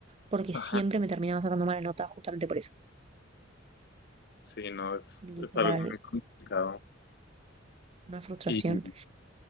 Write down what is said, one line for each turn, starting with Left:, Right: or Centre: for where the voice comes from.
Right: porque
Left: Ajá.
Right: siempre me terminaba sacando mala nota justamente por eso.
Left: Sí, no, es,
Right: Literal,
Left: es algo muy complicado.
Right: una frustración
Left: Y